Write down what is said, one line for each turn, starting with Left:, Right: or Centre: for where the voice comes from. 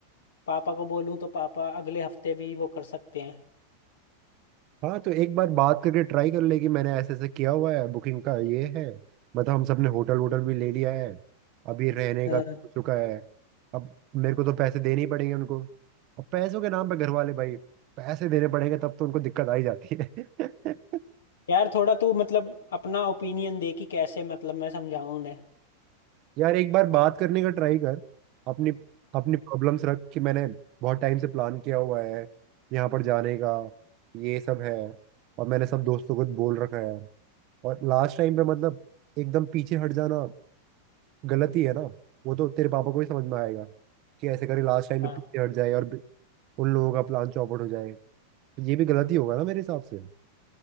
Left: पापा को बोलूँ तो पापा अगले हफ्ते भी वो कर सकते हैं
Right: हाँ तो एक बार बात करके ट्राई कर ले कि मैंने ऐसे ऐसे किया हुआ है बुकिंग का ये है मतलब हम सबने होटल वोटल भी ले लिया है अभी रहने
Left: हाँ
Right: का भी हो चुका है अब मेरे को तो पैसे देने ही पड़ेंगे उनको अब पैसों के नाम पे घर वाले भाई पैसे देने पड़ेंगे तब तो उनको दिक्कत आ ही जाती है <laughs>
Left: यार थोड़ा तू मतलब अपना ओपिनियन दे कि कैसे मतलब मैं समझाऊं उन्हें
Right: यार एक बार बात करने का ट्राई कर अपनी अपनी प्रॉब्लम्स रख कि मैंने बहुत टाइम से प्लान किया हुआ है यहाँ पर जाने का ये सब है और मैंने सब दोस्तों को बोल रखा है और लास्ट टाइम पे मतलब एकदम पीछे हट जाना गलत ही है ना वो तो तेरे पापा को ही समझ में आएगा कि ऐसे करे लास्ट टाइम में
Left: हाँ
Right: पीछे हट जाए और भी- उन लोगों का प्लान चौपट हो जाए तो ये भी गलत ही होगा ना मेरे हिसाब से